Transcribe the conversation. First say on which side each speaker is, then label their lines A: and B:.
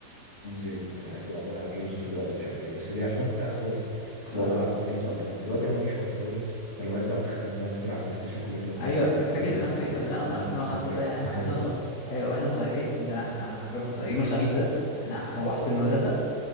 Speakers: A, on the left; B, on the left.
A: جيمز جدا احب اقعد العب جيمز طول الوقت ومش عارف ايه بس ليه عشان انا كنت قاعد فاضي فكنت
B: اه
A: بقعد العب جيمز على طول دلوقتي انا مفيش وقت فاضي فالهوايات بقى بتختلف بقى انت تلعب بلاي ستيشن كل فين وفين
B: ايوه ف- فاكر
A: تنزل
B: زمان فاكر
A: تخرج
B: زمان
A: تلعب
B: اصلا
A: بينج
B: 2005
A: كل فين
B: ده
A: وفين
B: يعني
A: هكذا
B: احنا صغير
A: بقى
B: ايوه واحنا صغيرين ده انا انا حرفيا كنت يوم الخميس ده انا روحت المدرسه